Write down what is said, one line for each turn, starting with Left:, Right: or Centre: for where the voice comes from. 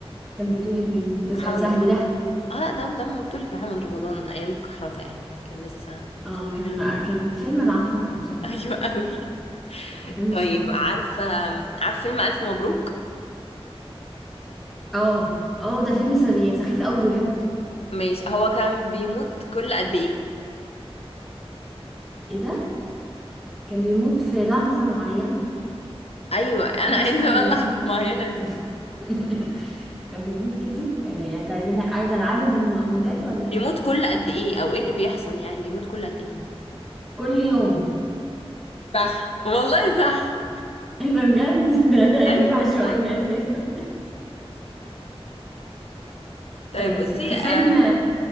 Centre: كان بطولة مين ده سؤال
Left: محمد
Centre: سهل
Left: رمضان
Centre: ده
Left: اه لا ده ده من بطولة محمد رمضان ايام الكحرطة يعني كان لسه
Centre: اه
Left: صغير
Centre: كان كان فيلم معفن قوي بصراحه
Left: <laughs> ايوه قوي
Centre: فيلم
Left: طيب
Centre: مش حلو
Left: عارفة عارف فيلم ألف مبروك
Centre: اه اه ده فيلم سخيف يعني سخيف قوي بجد
Left: ماشي هو كان بيموت كل قد ايه
Centre: ايه ده كان بيموت في لحظه معينه
Left: ايوه <laughs> انا
Centre: كان كل
Left: عايزة
Centre: شويه
Left: بقى
Centre: بيموت
Left: اللحظة المعينة دي
Centre: <laughs> <laughs> كان بيموت كتير يعني انت عايزين عايزه العدد الموتات ولا ايه
Left: بيموت كل قد ايه او ايه اللي بيحصل يعني بيموت كل قد ايه
Centre: كل يوم
Left: صح والله صح
Centre: <laughs> ايه ده بجد <laughs> ده ده اجابه
Left: ايوه
Centre: عشوائيه
Left: صح
Centre: اساسا <laughs>
Left: طيب
Centre: طيب
Left: بصي
Centre: في فيلم
Left: آه